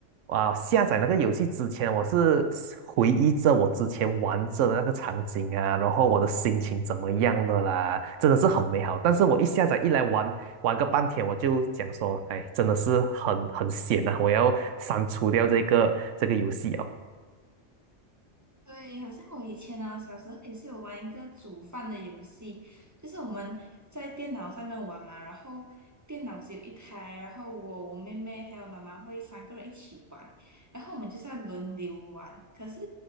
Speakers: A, on the right; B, on the right.
A: 啊、下载那个游戏之前，我是回忆着我之前玩着的那个场景啊，然后我的心情怎么样的啦，真的是很美好。但是我一下载一来玩玩个半天，我就讲说，哎，真的是很很闲啊，我要删除掉这个这个游戏啊。
B: 对，好像我以前啊，小时候也是有玩一个煮饭的游戏，就是我们在电脑上面玩嘛，然后电脑只有一台，然后我、我妹妹还有妈妈会三个人一起玩，然后我们就是要轮流玩。可是